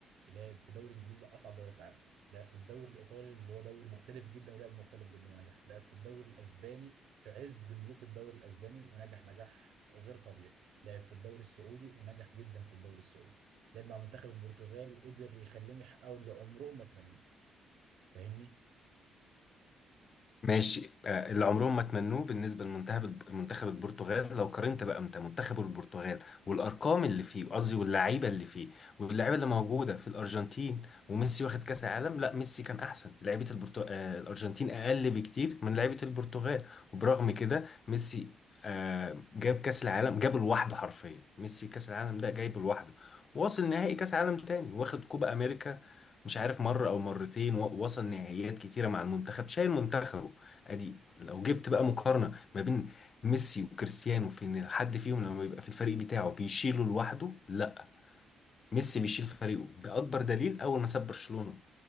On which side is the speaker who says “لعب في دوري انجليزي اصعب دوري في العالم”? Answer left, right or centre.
Right